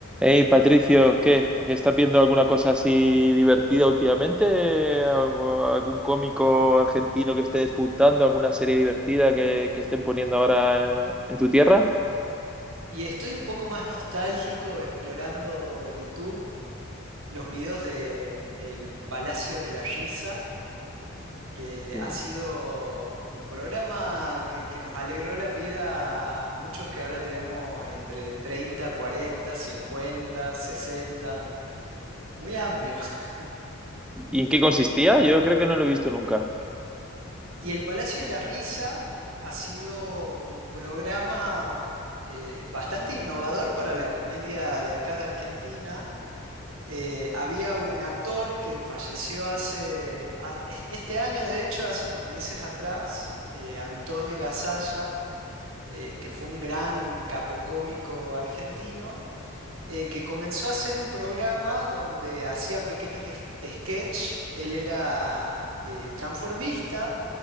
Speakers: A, in the centre; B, on the right (about 75°).
A: Hey, Patricio, ¿qué? ¿Qué estás viendo alguna cosa así divertida últimamente? ¿Algo- ¿Algún cómico argentino que esté despuntando? ¿Alguna serie divertida que, que estén poniendo ahora eh, en tu tierra?
B: Y estoy un poco más nostálgico explorando YouTube, los videos de El Palacio de la Risa, que
A: Sí.
B: ha sido un programa que, que nos alegró la vida a muchos que ahora tenemos entre 30 40 50 60 muy amplio. <laughs>
A: ¿Y en qué consistía? Yo creo que no lo he visto nunca.
B: Y El Palacio de la Risa ha sido un programa eh, bastante innovador para la comedia de acá de Argentina Eh, había un actor que falleció hace, a- es- este año, de hecho, hace unos meses atrás, eh, Antonio Gasalla, eh, que fue un gran capocómico argentino, eh, que comenzó a hacer un programa donde hacía pequeños es- sketch. Él era eh, transformista,